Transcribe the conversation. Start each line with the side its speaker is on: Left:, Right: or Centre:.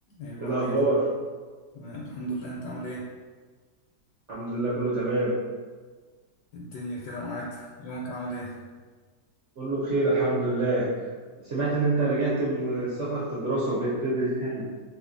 Left: يا ابو
Right: ايه
Left: حميد
Right: الاخبار
Left: تمام، الحمد لله انت عامل ايه
Right: الحمد لله كله تمام
Left: الدنيا كده معاك يومك عامل ايه
Right: كله بخير الحمد لله سمعت ان انت رجعت من السفر في الدراسة وبقيت تدرس هنا